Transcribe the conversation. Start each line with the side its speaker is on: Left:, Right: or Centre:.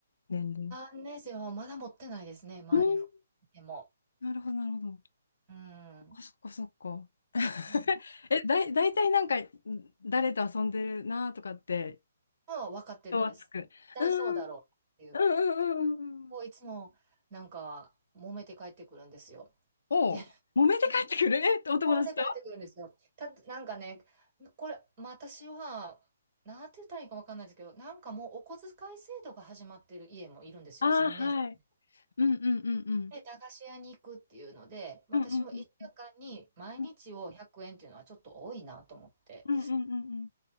Left: 年齢
Right: 年生はまだ持ってないですね、周り
Left: うん
Right: でも。
Left: なるほどなるほど
Right: うん。
Left: そっかそっか。<laughs>
Right: なんか
Left: え、だい、大体なんか、誰と遊んでるなとかって、
Right: は分かってるんです。
Left: 人はつく。
Right: 絶対そうだろうっていう。
Left: うん、うん、うん、うん。うんうん
Right: こういつもなんか揉めて帰ってくるんですよ。
Left: おう、
Right: で、<laughs>
Left: 揉めて帰ってくるえ、
Right: 揉め
Left: <laughs> お友達と
Right: て帰ってくるんですよ。た、なんかね、これ、まあ、私は、なんて言ったらいいか分かんないですけど、なんかもうお小遣い制度が始まってる家もいるんですよ、
Left: ああー、
Right: 3年生。
Left: はい。うん、うん、うん、うん。
Right: で、駄菓子屋に行くっていうので、私も1週間に毎日を100円っていうのはちょっと多いなと思って。
Left: うんうんうんうんうんうんうん